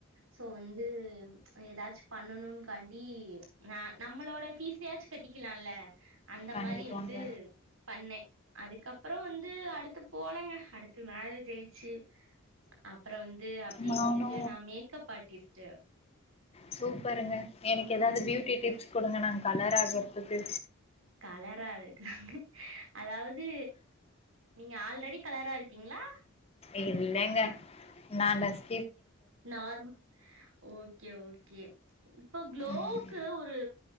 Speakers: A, on the right; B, on the left.
A: சோ வந்து ம்ச் ஏதாச்சு பண்ணணும்காண்டி நா நம்மளோட ப்பீஸ்யாச்சு கட்டிக்கலாம்ல அந்த
B: கண்டிப்பாங்க
A: மாரி. ரி வந்து பண்ண. அதுக்கப்றோ வந்து அடுத்து போலங்க அடுத்து மேரேஜ் ஆயிச்சி அப்றோ வந். து அப்டியே
B: நானு
A: வந்துட்டு நா மேக். makeup artist.
B: சூப்பருங்க எனக்கு ஏதாவது பியூட்டி டிப்ஸ் கொடுங்க நாங்க கலர் ஆகறதுக்கு
A: கலரா இருக்கற அதாவது நீங்க ஆல்ரெடி கலரா இருப்பீங்களா
B: இல்லைங்க நானஸ்
A: நார் ஓகே ஓகே ஓகே இப்போ குளோக்கு
B: ம்
A: ஒரு